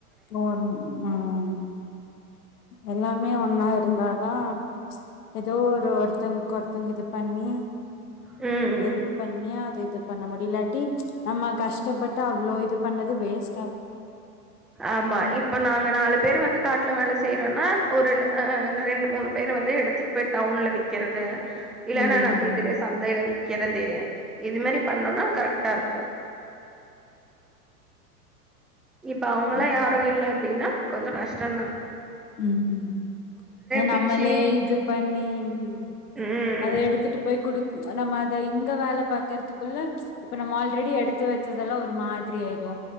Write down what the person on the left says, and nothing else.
<unintelligible> ம் எல்லாமே ஒன்னா இருந்தாதா ஏதோ ஒரு ஒருத்தங்க்கு ஒருத்தங்க இது பண்ணி
ஹெல்ப் பண்ணி அது இது பண்ண முடிலாட்டி நம்ம கஷ்டப்பட்டு அ வ்ளோ இது பண்ணது வேஸ்
ம் ம்
ம்
ம் அத
நம்மளே இது பண்ணி ம்
அத எடுத்துட்டு போய் குடுக் நம்ம அத இங்க வேல பாக்கறத்துக்குள்ள இப்ப நம்ம ஆல்ரெடி எடுத்து வெச் சதெல்லா ஒரு மாதிரி ஆயிடு